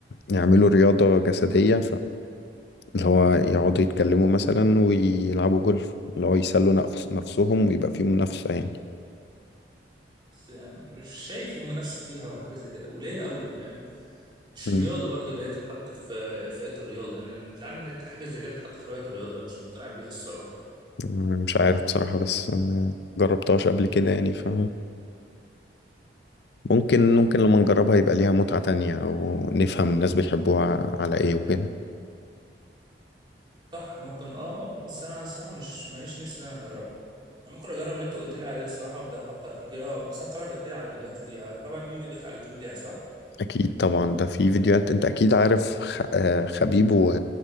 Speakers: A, on the left (about 65°); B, on the right (about 25°).
A: يعملوا رياضة جسدية اللي هو يقعدوا يتكلموا مثلا ويلعبوا جولف اللي هو يسلوا نفس نفسهم ويبقى فيه منافسة يعني
B: بس مش شايف في منافسه فيها وحاجه زي كده قليله قوي فاهم مش
A: مم.
B: رياضه برضو اللي هي تتحط في في فئه الرياضه انا يعني زعلان ان حاجه زي كده تتحط في فئه الرياضه مش مقتنع بيها الصراحه
A: مش عارف بصراحة بس آه، جربتهاش قبل كده يعني ف ممكن ممكن لما نجربها يبقى ليها متعة تانية أو نفهم الناس بيحبوها على إيه وكده
B: صح ممكن اه بس انا الصراحه مش ماليش نفسي ان انا اجربها انا ممكن اجرب اللي انت قلت لي عليه الصراحه ابدا افكر فيه كده آه، بس هتفرج اكيد على فيديوهات ليها طبعا في فيديوهات على اليوتيوب ليها صح
A: أكيد طبعا ده في فيديوهات أنت أكيد عارف خ... آه، خبيب و...